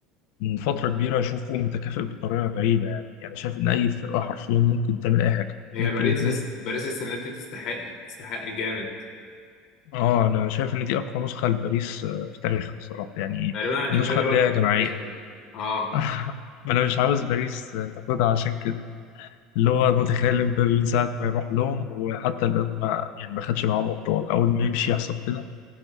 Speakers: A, on the left; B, on the left.
A: من فترة كبيرة أشوفه متكافئ بطريقة غريبة يعني يعني شايف إن أي فرقة حرفيا ممكن تعمل أي حاجة
B: هي
A: ممكن
B: باريس
A: الاتنين
B: باريس السنه دي تستحق تستحق جامد
A: آه أنا شايف إن دي أقوى نسخة لباريس آه، في تاريخها الصراحة يعني
B: تقريبا
A: النسخة
B: امبابي
A: اللي
B: ولا
A: هي
B: كنت
A: جماعية
B: بحسهم اه
A: <laughs> ما أنا مش عاوز باريس آه، تاخدها عشان كده اللي هو متخيل مبابي من ساعة ما يروح لهم وحتى الآن ما يعني ما خدش معاهم أبطال أول ما يمشي يحصل كده